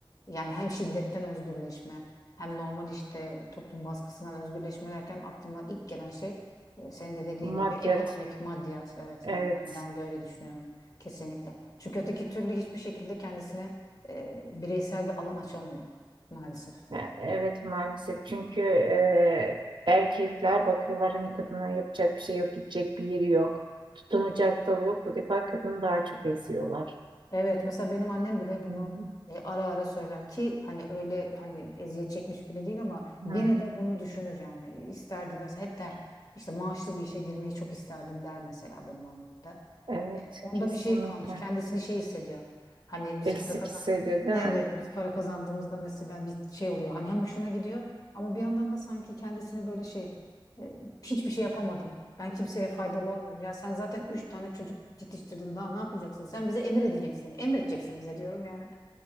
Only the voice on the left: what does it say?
yani hem şiddetten özgürleşme hem normal işte toplum baskısından özgürleşme derken aklıma ilk gelen şey e, senin de dediğin gibi
ekonomik maddiyat. Evet
yani ben, ben de öyle düşünüyorum kesinlikle. Çünkü öteki türlü hiçbir şekilde kendisine e, bireysel bir alan açamıyor maalesef.
Evet mesela benim annem bile bunu
e, ara ara söyler ki hani öyle hani eziyet çekmiş biri değil ama
gene de bunu düşünür yani E, isterdi mesela hep der işte maaşlı bir işe girmeyi çok isterdim der mesela benim annem de.
E, onda
bir şey kalmış kendisini şey hissediyor hani biz
para
Evet
biz para kazandığımızda mesela bir şey oluyor hani hem hoşuna gidiyor ama bir yandan da sanki kendisini böyle şey e, hiçbir şey yapamadım. Ben kimseye faydalı olmuyorum. Ya sen zaten üç tane çocuk yetiştirdin daha ne yapacaksın? Sen bize emir edeceksin. Emredeceksin bize diyorum yani.